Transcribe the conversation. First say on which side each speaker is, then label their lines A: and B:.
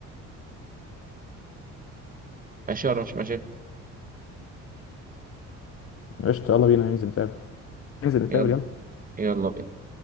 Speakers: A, on the right (about 25°); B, on the left (about 45°).
A: ماشي ولا مش ماشي
B: قشطة يلا بينا ننزل نتقابل ننزل نتقابل
A: يلا
B: يلا
A: يلا بينا